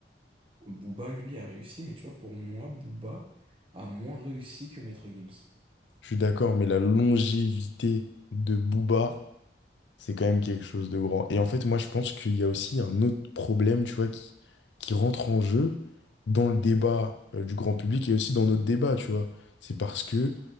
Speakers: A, on the right; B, on the left.
A: Booba, lui, a réussi, mais tu vois, pour moi, Booba a moins réussi que Maître Gims.
B: Je suis d'accord, mais la longévité de Booba, c'est quand même quelque chose de grand. Et en fait, moi, je pense qu'il y a aussi un autre problème, tu vois, qui, qui rentre en jeu dans le débat euh, du grand public et aussi dans notre débat, tu vois. C'est parce que